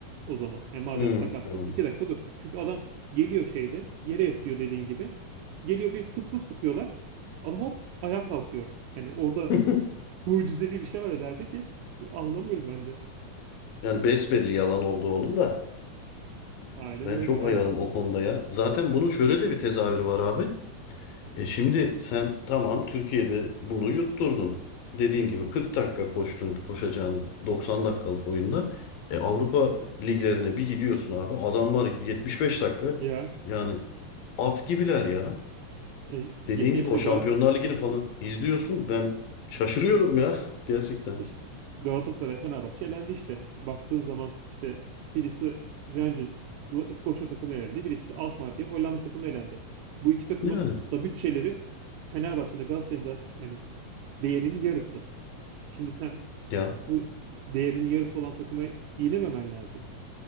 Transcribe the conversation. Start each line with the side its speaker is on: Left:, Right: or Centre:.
Right: o zaman. Yani madem
Left: Hı
Right: sakatsın
Left: hı.
Right: iki dakika dur. Çünkü adam geliyor şeyde yere yatıyor dediğin gibi. Geliyor bir fıs fıs sıkıyorlar. Adam hop ayağa kalkıyor. Yani orada
Left: <laughs>
Right: mucizevi bir şey var herhalde ki anlamıyorum ben de.
Left: Yani besbelli yalan oldu onun da.
Right: Aynen
Left: Ben
Right: öyle.
Left: çok
Right: Yani
Left: ayarım o konuda ya. Zaten bunun şöyle de bir tezahürü var abi. E şimdi sen tamam Türkiye'de bunu yutturdun. Dediğin gibi 40 dakika koştun koşacağın 90 dakikalık oyunda. E Avrupa liglerine bir gidiyorsun abi. Adamlar 75 dakika
Right: ya
Left: yani at gibiler ya.
Right: E,
Left: Dediğin
Right: geçen
Left: gibi
Right: işte,
Left: o
Right: Gal
Left: Şampiyonlar Ligi'ni falan izliyorsun. Ben şaşırıyorum ya <laughs> gerçekten.
Right: e, işte Galatasaray, Fenerbahçe elendi işte. Baktığın zaman işte birisi Rangers, İskoçya takımına elendi. Birisi de Alkmaar diye Hollanda takımına elendi. Bu iki takımın
Left: Yani
Right: da bütçeleri Fenerbahçe'nin de Galatasaray'ın da yani değerinin yarısı. Şimdi sen
Left: ya
Right: bu değerinin yarısı olan takıma yenememen lazım.